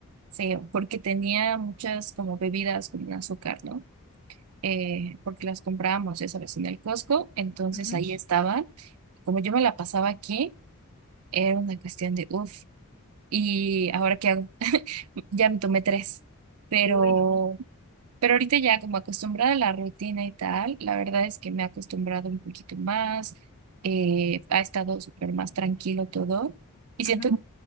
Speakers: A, on the right; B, on the left.
A: Sí, porque tenía muchas como bebidas con azúcar, ¿no? Eh, porque las comprábamos, ya sabes, en el Costco, entonces
B: Ujú.
A: ahí estaban. Como yo me la pasaba aquí, era una cuestión de uff, ¿y ahora qué hago? Ya me tomé tres, pero,
B: Uy.
A: pero ahorita ya como acostumbrada a la rutina y tal, la verdad es que me he acostumbrado un poquito más, eh, ha estado súper más tranquilo todo y siento
B: Ujú,
A: que